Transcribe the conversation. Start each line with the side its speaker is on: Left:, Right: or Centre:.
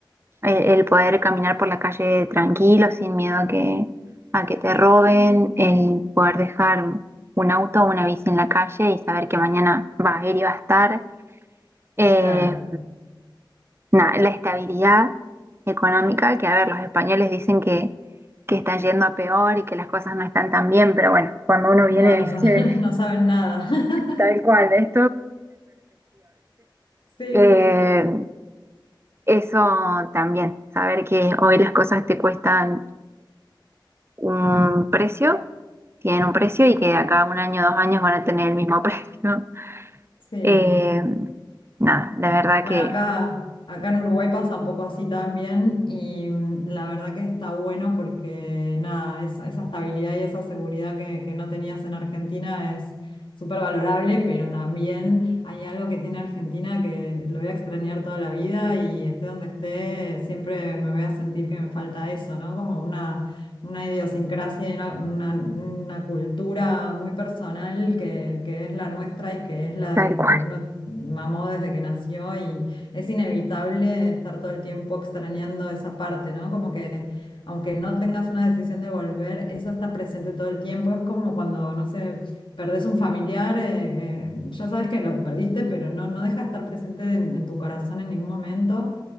Right: El, el poder caminar por la calle tranquilo, sin miedo a que, a que te roben, el poder dejar un auto o una bici en la calle y saber que mañana va a ir y va a estar. Eh,
Left: Claro.
Right: nada, la estabilidad económica, que a ver, los españoles dicen que, que están yendo a peor y que las cosas no están tan bien, pero bueno, cuando uno viene,
Left: No,
Right: <laughs> viste,
Left: no, sa- <laughs> no saben nada. <laughs>
Right: tal cual.
Left: Sí,
Right: Eh, eso también, saber que hoy las cosas te cuestan un precio, tienen un precio y que de acá a un año, dos años van a tener el mismo <laughs> precio.
Left: sí.
Right: Eh, nada, la verdad
Left: Bueno,
Right: que
Left: acá, acá en Uruguay pasa un poco así también y mm, la verdad que está bueno porque nada, esa, esa estabilidad y esa seguridad que, que no tenías en Argentina es súper valorable, pero también hay algo que tiene Argentina que lo voy a extrañar toda la vida y esté donde esté, siempre me voy a sentir que me falta eso, ¿no? Como una una idiosincrasia y una, una- una cultura muy personal que, que es la nuestra y que es la
Right: tal
Left: de
Right: cual.
Left: que uno mamó desde que nació y es inevitable estar todo el tiempo extrañando esa parte, ¿no? Como que aunque no tengas una decisión de volver, eso está presente todo el tiempo. Es como cuando, no sé, perdés un familiar, eh, eh, ya sabes que lo perdiste, pero no, no deja de estar presente en, en tu corazón en ningún momento.